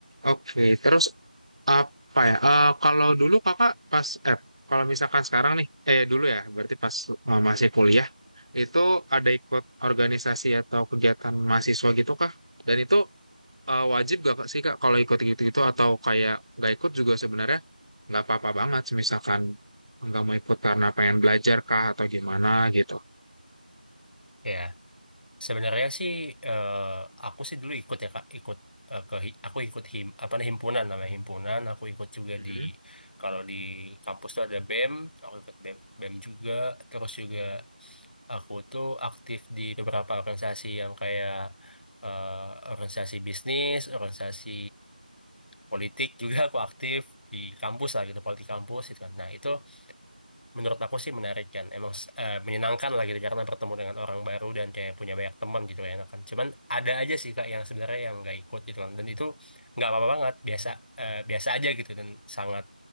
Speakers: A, on the right; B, on the left.
A: Oke, terus Apa ya? Eh, kalau dulu kakak pas eh kalau misalkan sekarang nih, eh dulu ya, berarti pas eh, masih kuliah itu ada ikut organisasi atau kegiatan mahasiswa gitu kah? Dan itu eh, wajib gak Kak, sih kak kalau ikut gitu-gitu atau kayak nggak ikut juga sebenarnya nggak apa-apa banget, misalkan nggak mau ikut karena pengen belajar kah atau gimana gitu.
B: ya sebenarnya sih eh, aku sih dulu ikut ya kak ikut eh, ke hi- aku ikut him apa nih himpunan namanya himpunan aku ikut juga
A: Mhm.
B: di kalau di kampus tuh ada BEM aku ikut BEM BEM juga terus juga aku tuh aktif di beberapa organisasi yang kayak eh, organisasi bisnis organisasi politik juga aku aktif di kampus lah gitu politik kampus itu kan nah itu menurut aku sih menarik kan emang eh, menyenangkan lah gitu karena bertemu dengan orang baru dan kayak punya banyak teman gitu enak kan cuman ada aja sih kak yang sebenarnya yang nggak ikut gitu kan dan itu nggak apa-apa banget biasa eh, biasa aja gitu dan sangat